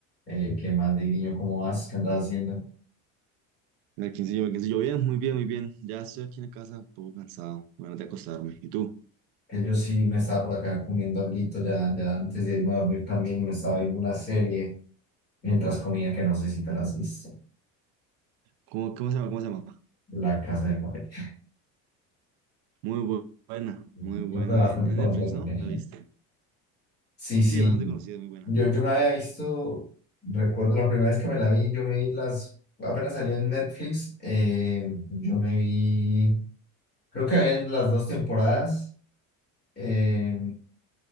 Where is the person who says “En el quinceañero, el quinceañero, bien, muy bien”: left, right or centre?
Right